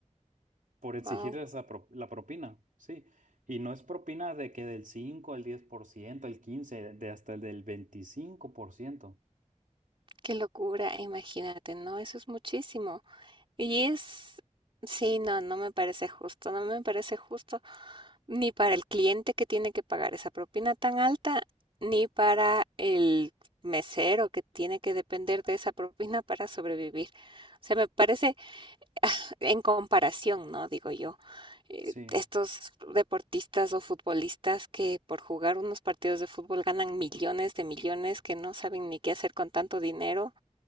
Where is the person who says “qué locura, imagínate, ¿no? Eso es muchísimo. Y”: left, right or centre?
Right